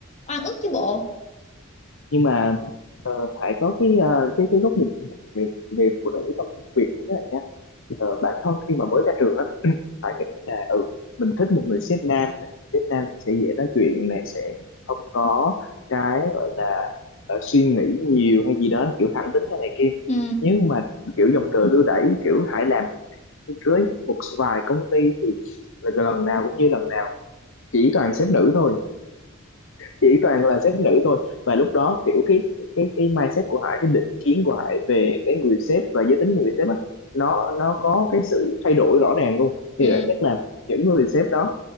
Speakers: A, on the left (about 35°); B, on the left (about 65°).
A: oan ức chứ bộ
B: nhưng mà ờ, Hải có cái ờ, cái cái góc nhìn về về phụ nữ trong công việc như thế nào Ờ, bản thân khi mà mới ra trường á <clears throat> phải nghĩ là ừ mình thích một người sếp nam tại vì sếp nam thì sẽ dễ nói chuyện này sẽ không có cái gọi là ờ, suy nghĩ nhiều hay gì đó kiểu thẳng tính hay này kia
A: ừ
B: nhưng mà kiểu dòng đời đưa đẩy kiểu Hải làm với một vài công ty thì là lần nào cũng như lần nào chỉ toàn sếp nữ thôi chỉ toàn là sếp nữ thôi và lúc đó kiểu cái cái cái mindset của Hải cái định kiến của Hải về cái người sếp và giới tính của người sếp á nó nó có cái sự thay đổi rõ ràng luôn
A: ừ
B: thì bản chất là những người sếp đó